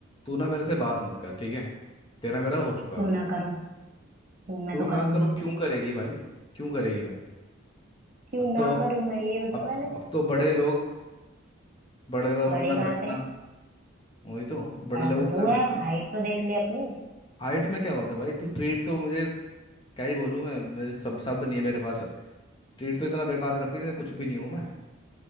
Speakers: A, on the left; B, on the right.
A: तू ना मेरे से बात मत कर ठीक है तेरा मेरा हो चुका
B: क्यों
A: अब
B: ना करूं क्यों मैं
A: क्यों
B: तो
A: ना
B: करूंगी
A: करो क्यों करेगी भाई क्यों करेगी भाई
B: क्यों
A: अब
B: ना
A: तो
B: करूं मैं ये बता
A: अब
B: पहले
A: तो अब तो बड़े लोग बड़े लोग का उठना
B: बड़े
A: बैठना
B: कहाँ से
A: वही तो बड़े
B: बड़ा
A: लोग
B: तो
A: उठना
B: तू
A: बैठना
B: है हाइट तो देख ले अपनी
A: हाइट में क्या होता भाई तू ट्रीट तो मुझे क्या ही बोलूँ मैं मेरे सब शब्द नहीं है मेरे पास ट्रीट तो इतना बेकार करती थी कुछ भी नहीं हूँ मैं